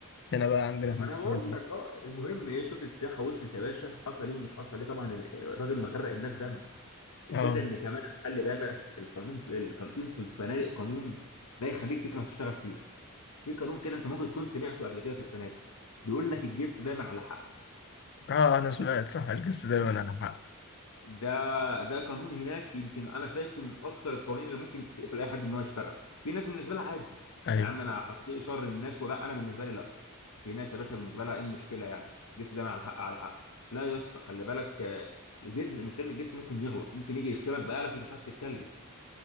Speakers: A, on the left; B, on the left.
A: هنا بقى عندنا
B: آه،
A: في
B: ما انا بقول
A: منطقتنا
B: لك اه المهم ايه شرطه السياحه وصلت يا باشا حصل ايه ومش حصل ايه طبعا ال- الراجل مغرق الناس دم الفكره
A: أه
B: ان كمان خلي بالك القانون في كان في في الفنادق قانون لا يخليك تكره تشتغل فيها في قانون كده انت ممكن تكون سمعته قبل كده في الفنادق بيقول لك الجست دايما على حق
A: أه أنا سمعت صح القصة دايما على حق
B: ده ده قانون هناك يمكن انا شايفه من اكتر القوانين اللي ممكن تقفل اي حد ان هو يشتغل في ناس بالنسبه لها عادي
A: أيوه
B: يا عم انا هتلاقي شر الناس ولا انا بالنسبه لي لا في ناس يا باشا بالنسبه لها ايه المشكله يعني الجست دايما على الحق على حق لا يا اسطى خلي بالك آه، الجست المشكله ان الجست ممكن يغلط ممكن يجي يشتمك بقالك وما تنفعش تتكلم